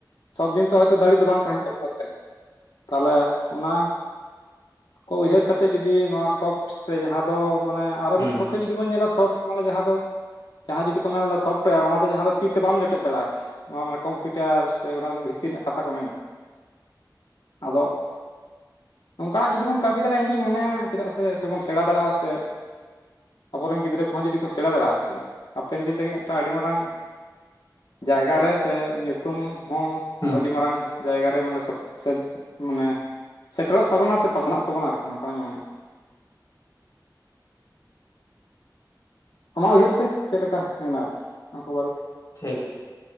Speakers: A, on the left (about 75°); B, on the left (about 55°).
A: ᱥᱚᱵᱫᱤᱱ ᱛᱚ ᱦᱚᱭᱛᱚ ᱫᱟᱲᱮ ᱫᱚ ᱵᱟᱝ ᱛᱟᱦᱮᱱ ᱛᱟᱵᱚᱱᱟ ᱥᱮ? ᱛᱟᱦᱚᱞᱮ ᱚᱱᱟ ᱠᱚ ᱩᱭᱦᱟᱹᱨ ᱠᱟᱛᱮ ᱡᱩᱫᱤ ᱱᱚᱣᱟ ᱥᱚᱯᱷᱴ ᱥᱮ ᱡᱟᱦᱟᱸ ᱫᱚ ᱢᱟᱱᱮ ᱟᱨᱚ
B: ᱦᱩᱸ
A: ᱢᱤᱫ ᱯᱚᱠᱠᱷᱮ ᱡᱩ ᱫᱤ ᱵᱚᱱ ᱧᱮᱞᱟ ᱥᱚᱴ ᱢᱟᱱᱮ ᱡᱟᱦᱟᱸ ᱫᱚ ᱡᱟᱦᱟᱸ ᱡᱩᱫᱤ ᱠᱚ ᱢᱮᱱ ᱮᱫᱟ ᱥᱚᱯᱷᱴᱟᱨ ᱚᱱᱟ ᱫᱚ ᱡᱟᱦᱟ ᱫᱚ ᱛᱤ ᱛᱮ ᱵᱟᱢ ᱡᱚᱴᱮᱫ ᱫᱟᱲᱮᱭᱟᱜᱼᱟ ᱟᱨᱠᱤ ᱱᱚᱣᱟ ᱢᱟᱱᱮ ᱠᱚᱢᱯᱤᱭᱩᱴᱟᱨ ᱥᱮ ᱚᱱᱟ ᱵᱷᱤᱛᱤᱨ ᱨᱮᱱᱟᱜ ᱠᱟᱛᱷᱟ ᱠᱚ ᱢᱮᱱᱮᱜ ᱟᱫᱚ ᱠᱟᱱᱟᱜ ᱡᱩᱫᱤ ᱵᱚᱱ ᱠᱟᱹᱢᱤ ᱫᱟᱲᱮᱭᱟᱜᱼᱟ ᱤᱧᱫᱩᱧ ᱢᱚᱱᱮᱭᱟ ᱪᱮᱫᱟᱜ ᱥᱮᱵᱚᱱ ᱥᱮᱬᱟ ᱫᱟᱲᱮᱭᱟᱜᱼᱟ ᱥᱮ ᱟᱵᱚᱨᱮᱱ ᱜᱤᱫᱽᱨᱟᱹ ᱠᱚᱦᱚᱸ ᱡᱩᱫᱤ ᱥᱮᱬᱟ ᱫᱟᱲᱮᱭᱟᱜᱼᱟ ᱟᱨᱠᱤ, ᱦᱟᱯᱮᱱ ᱫᱤᱱ ᱞᱟᱹᱜᱤᱫ ᱢᱤᱫᱴᱟᱝ ᱟᱹᱰᱤ ᱢᱟᱨᱟᱝ ᱡᱟᱭᱜᱟ ᱨᱮ ᱥᱮ ᱧᱩᱛᱩᱢ ᱦᱚᱸ
B: ᱦᱩᱸ
A: ᱟᱹᱰᱤ ᱢᱟᱨᱟᱝ ᱡᱟᱭᱜᱟ ᱨᱮ ᱢᱟᱱᱮ <unintelligible> ᱢᱟᱱᱮ ᱥᱮᱴᱮᱨᱚᱜ ᱛᱟᱵᱚᱱᱟ ᱥᱮ ᱯᱟᱥᱱᱟᱜ ᱛᱟᱵᱚᱱᱟ ᱟᱨᱠᱤ ᱱᱚᱝᱠᱟᱧ ᱢᱚᱱᱮ ᱟᱢᱟᱜ ᱩᱭᱦᱟᱹᱨ ᱛᱮ ᱪᱮᱫ ᱞᱮᱠᱟ ᱢᱮᱱᱟ ᱟᱨᱠᱤ ᱱᱚᱣᱟ ᱠᱚ ᱵᱟᱨᱮ ᱛᱮ?
B: ᱴᱷᱤᱠ